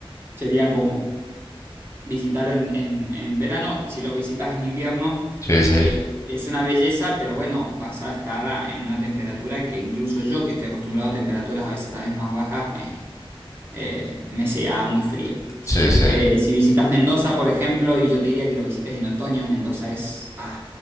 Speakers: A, on the right; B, on the left.
A: Serían como visitarlo en, en- en verano. Si lo visitas en invierno,
B: Sí, sí.
A: eh, es una belleza, pero bueno, vas a estar a- en una temperatura que incluso yo, que estoy acostumbrado a temperaturas a veces tal vez más bajas, me, eh, me sea muy frío.
B: Sí, sí.
A: Eh, si visitas Mendoza, por ejemplo, y yo te diría que lo visites en otoño, Mendoza es, ah,